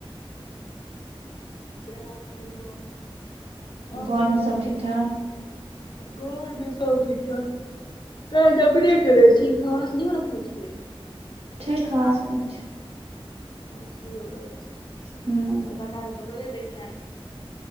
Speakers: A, on the left; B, on the right.
A: सेहे सब गप्प
B: घरमे
A: आओर तखन
B: सब ठीक ठाक
A: घर मे सब ठीक ठाक काज अपरने करै छी खबासनियो रखने छियै
B: छै खबासनियो छै
A: खबासनियो अछि सबटा
B: हूँ
A: काज त कइये दैत हैत